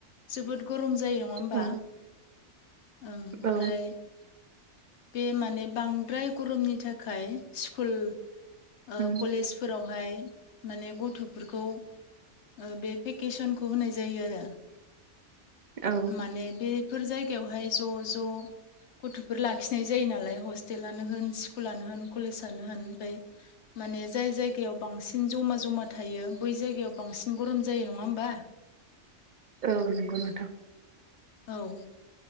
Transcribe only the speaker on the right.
औ
औ
उम
औ
औ नंगौ नोंथां